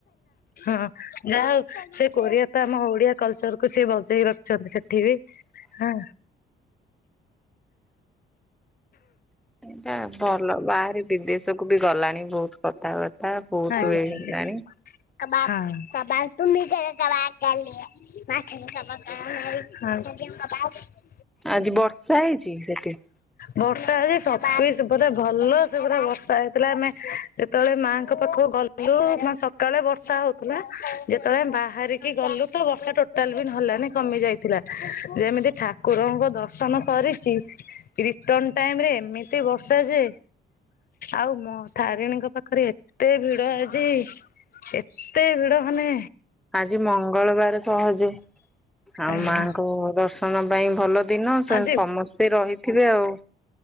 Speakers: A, on the left; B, in the centre.
A: ହଁ ଯାହା ହଉ ସେ କୋରିଆ ତ ଆମ ଓଡିଆ କଲଚରକୁୁ ସେ ବଞ୍ଚେଇ ରଖିଛନ୍ତି ସେ। ଉଠିବି ହଁ।
B: ଏଇଟା ଭଲ ବାହାରେ ବିଦେଶ କୁ ବି ଗଲାଣି ବହୁତୁ। କଥାବାର୍ତ୍ତା ବହୁତ
A: ଆଜ୍ଞା
B: ଇଏ
A: ଆଜ୍ଞା।
B: ହେଲାଣି।
A: <inaudible> <inaudible>
B: ଆଜି ବର୍ଷା ହେଇଛି ସେଠି।
A: ବର୍ଷା ହେଇଛି ସତି ସେ ପଟେ ଭଲ ସେ ପୁରା ବର୍ଷା ହେଇଥିଲା ଆମେ ଯେତେବେଳେ ମା ପାଖ ପାଖ ଗଲୁ ମ ସକାଳେ ବର୍ଷା ହଉଥିଲା ଯେତେବେଳେ ବାହାରିକି ଗଲୁ। ତ ବର୍ଷା ଟୋଟାଲ ବି ନହ ହେଲୋନି କମି ଯାଇ ଥିଲା ଯେମିତି ଠାକୁରଙ୍କ ଦର୍ଶନ କରିଚି। ରିଟର୍ଣ ଟାଇମରେ ଏମିତି ବର୍ଷା ଯେ ଆଉ ମ ତାରିଣୀଙ୍କ ପାଖରେ ଏ ଏତେ ଭିଡ ଆଜି ଏତେ ଭିଡ ମାନେ
B: ଆଜି ମଙ୍ଗଳବାର ସହଜେ ଆଉ
A: ଆଜ୍ଞା
B: ମାଙ୍କ ଦର୍ଶନ ପାଇଁ ଭଲ। ଦିନ ସ
A: ଆଜି
B: ସମସ୍ତେ ରହିଥିବେ ଆଉ।